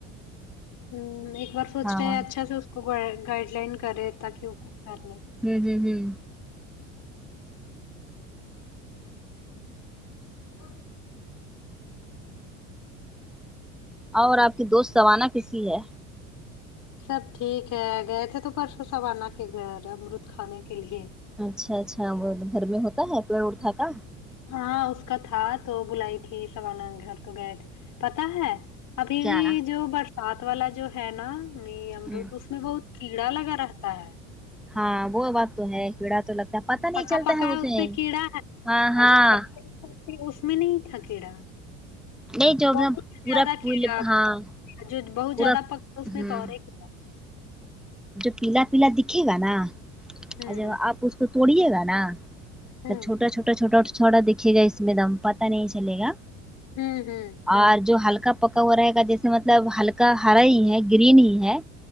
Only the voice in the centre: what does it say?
ہاں
ہوں ہوں ہوں
اور آپ کی دوست سوانا کسی ہے
اچھا اچھا وہ گھر میں ہوتا ہے پیڑ اٹھا تھا
کیا
ہ
ہاں وہ بات تو ہے کیڑا تو لگتا پتا نہیں
چلتا
اسے
ہاں ہاں
نہیں جو
پورا
پل
ہاں
پورا
ہوں
جو پیلا پیلا دیکھے گا نا
اگر آپ اس کو توڑیے گا نا
چھوٹا
چھوٹا چھوٹا اور تھوڑا دیکھئے گا اس میں دم پتہ نہیں چلے گا
اور جو ہلکا پکا ہوا رہے گا جیسے مطلب ہلکا ہرا ہی ہے گرین ہی ہے